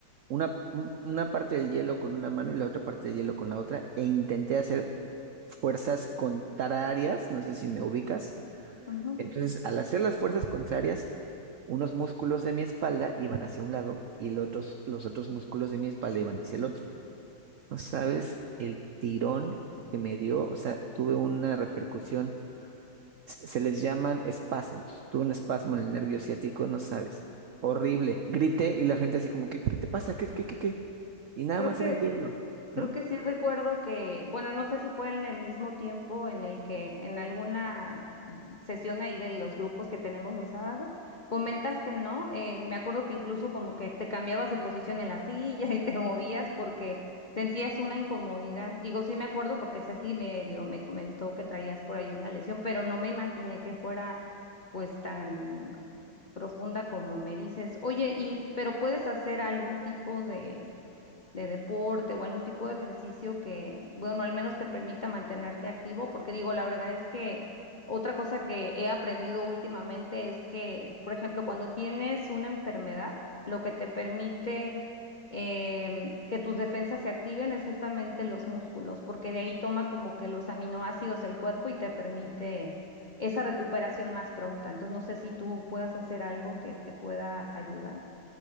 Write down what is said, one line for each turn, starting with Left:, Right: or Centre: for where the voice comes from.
Right: una, un- una parte del hielo con una mano y la otra parte del hielo con la otra e intenté hacer fuerzas contrarias, no sé si me ubicas
Left: ujú.
Right: Entonces, al hacer las fuerzas contrarias, unos músculos de mi espalda iban hacia un lado y el otros- los otros músculos de mi espalda iban hacia el otro. No sabes el tirón que me dio, o sea, tuve una repercusión, se se les llaman espasmos, tuve un espasmo en el nervio ciático, no sabes, horrible. Grité y la gente así como, ¿qué, qué te pasa? ¿Qué, qué, qué, qué? Y nada
Left: Creo
Right: más
Left: que
Right: era hielo, ¿no?
Left: Creo que sí recuerdo que, bueno, no sé si fue en el mismo tiempo en el que en alguna sesión ahí de los grupos que tenemos los sábados, comentaste, ¿no? Eh, me acuerdo que incluso como que te cambiabas de posición en la silla <laughs> y te movías porque sentías una incomodidad. Digo, sí me acuerdo porque Ceci medio me comentó que traías por ahí una lesión, pero no me imaginé que fuera pues tan profunda como me dices. Oye, y pero puedes hacer algún tipo de de deporte o algún tipo de ejercicio que, bueno, al menos te permita mantenerte activo, porque digo, la verdad es que otra cosa que he aprendido últimamente es que, por ejemplo, cuando tienes una enfermedad, lo que te permite em, que tus defensas se activen es justamente los músculos, porque de ahí toma como que los aminoácidos el cuerpo y te permite esa recuperación más pronta. Entonces, no sé si tú puedas hacer algo que te pueda ayudar.